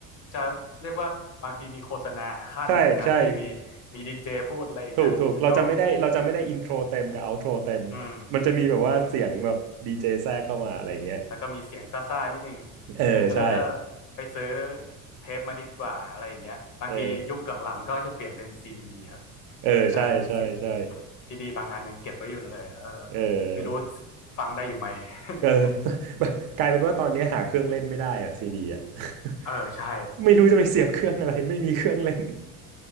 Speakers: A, on the left; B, on the right.
A: จะเรียกว่าบางทีมีโฆษณาขั้นบางทีมี
B: ใช่ใช่
A: มีดีเจพูดอะไรอย่างเงี้ยเรา
B: ถูกถูกเราจะไม่ได้เราจะไม่ได้อินโทรเต็มกับเอาโทรเต็ม
A: อืม
B: มันจะมีแบบว่าเสียงแบบดีเจแทรกเข้ามาอะไรอย่างเงี้ย
A: อืมแล้วก็มีเสียงซ่าๆนิดนึง
B: เออใช่
A: ผมก็เลยเออไปซื้อเทปมาดีกว่าอะไรอย่างเงี้ยบางทียุคหลังๆก็จะเปลี่ยนเป็นซีดีครับ
B: เออเออใช่ใช่ใช่
A: อ่าซี ซีดีบางอันยังเก็บไว้อยู่เลยเออ
B: เออ
A: ไม่รู้ฟังได้อยู่ไหม
B: เออ <laughs>
A: <laughs>
B: กลายเป็นว่าตอนนี้หาเครื่องเล่นไม่ได้อะซีดีอะ
A: เออใช่
B: <laughs> ไม่รู้จะไปเสียบเครื่องอะไรไม่มีเครื่องเล่น <laughs>